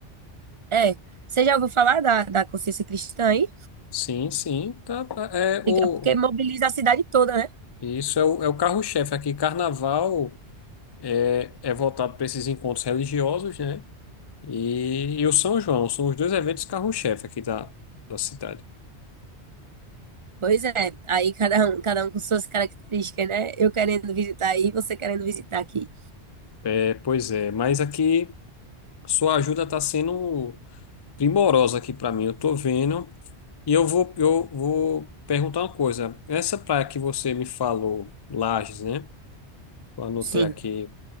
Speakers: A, on the right (about 30°); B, on the left (about 30°).
A: É, você já ouviu falar da, da Consciência Cristã aí?
B: Sim, sim, tá, tá. É o
A: Fica porque mobiliza a cidade toda, né?
B: isso é o, é o carro-chefe aqui. Carnaval é, é voltado para esses encontros religiosos, né? E, e o São João são os dois eventos carro-chefe aqui da, da cidade.
A: Pois é, aí cada um, cada um com suas características, né? Eu querendo visitar aí, você querendo visitar aqui.
B: É, pois é, mas aqui sua ajuda está sendo primorosa aqui para mim. Eu tô vendo. E eu vou, eu vou perguntar uma coisa. Essa praia que você me falou, Lages, né? Eu anotei
A: Sim.
B: aqui.